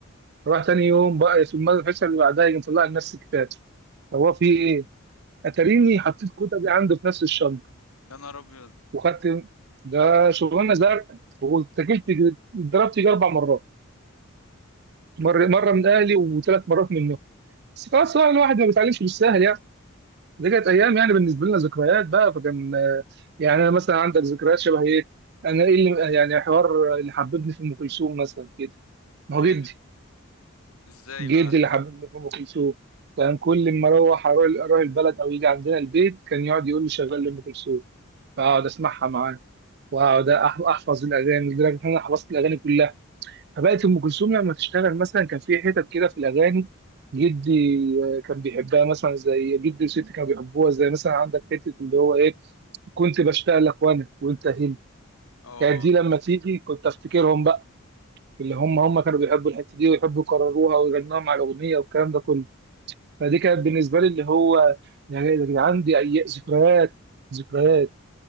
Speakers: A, on the right; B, on the left.
A: رحت تاني يوم بقى في المد- الحصه اللي بعدها يجي مطلع لي نفس الكتاب طب هو في ايه؟ اتاريني حطيت الكتب دي عنده في نفس الشنطه
B: يا نهار ابيض
A: وخدت ده شغلانه زرقاء واتكلت اتضربت يجي اربع مرات مره مره من اهلي وثلاث مرات منهم بس خلاص بقى الواحد ما بيتعلمش بالسهل يعني دي كانت ايام يعني بالنسبه لنا ذكريات بقى فكان آه، يعني انا مثلا عندك ذكريات شبه ايه انا ايه اللي يعني حوار اللي حببني في ام كلثوم مثلا كده ما هو
B: ايه
A: جدي
B: الح- ازاي
A: جدي
B: بقى
A: اللي حببني في ام كلثوم كان كل ما اروح اروح أروح البلد او يجي عندنا البيت كان يقعد يقول لي شغال لي ام كلثوم فاقعد اسمعها معاه واقعد أح- احفظ الاغاني لدرجه ان انا حفظت الاغاني كلها فبقت ام كلثوم لما تشتغل مثلا كان في حتت كده في الاغاني جدي آه، كان بيحبها مثلا زي جدي وستي كانوا بيحبوها زي مثلا عندك حته اللي هو ايه كنت بشتاق لك وانا وانت هنا
B: اه
A: كانت دي لما تيجي كنت افتكرهم بقى اللي هم هم كانوا بيحبوا الحته دي ويحبوا يكرروها ويغنوها مع الاغنيه والكلام ده كله فدي كانت بالنسبه لي اللي هو يعني يا جدعان دي اي ذكريات ذكريات